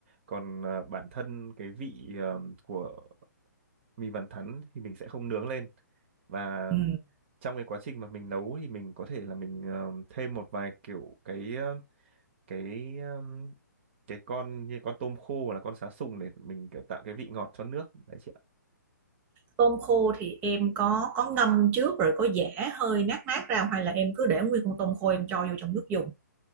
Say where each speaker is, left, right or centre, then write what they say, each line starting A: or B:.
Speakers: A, on the right; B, on the right.
A: còn à, bản thân cái vị à, của mình vẫn thắn thì mình sẽ không nướng lên và
B: ừ.
A: trong cái quá trình mà mình nấu thì mình có thể là mình ờ, thêm một vài kiểu cái ờ, cái ờ, cái con như con tôm khô hoặc là con sá sùng để mình kiểu tạo cái vị ngọt cho nước đấy chị ạ
B: Tôm khô thì em có có ngâm trước rồi có giã hơi nát nát ra không? hay là em cứ để nguyên con tôm khô em cho vô trong nước dùng